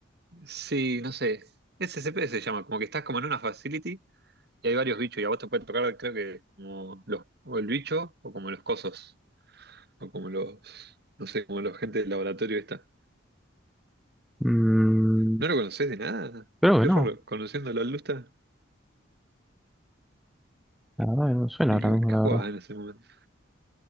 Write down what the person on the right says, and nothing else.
sí, no sé. SCP se llama, como que estás como en una facility y hay varios bichos y a vos te puede tocar, creo que como los, o el bicho o como los cosos, o como los, no sé, como los gente del laboratorio esta.
¿No lo conocés de nada?
Qué
raro, conociéndolo a Lusta.
¿Y
qué,
qué
jugabas
en ese momento?